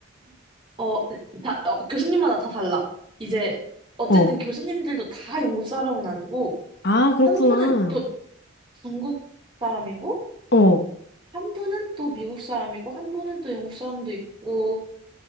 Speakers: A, on the right (about 25°); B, on the left (about 55°).
A: <laughs> 어, 다, 어, 교수님마다 다 달라. 이제, 어쨌든
B: 어.
A: 교수님들도 다 영국 사람은 아니고,
B: 아, 그렇구나.
A: 한 분은 또 중국 사람이고,
B: 어.
A: 한 분은 또 미국 사람이고, 한 분은 또 영국 사람도 있고,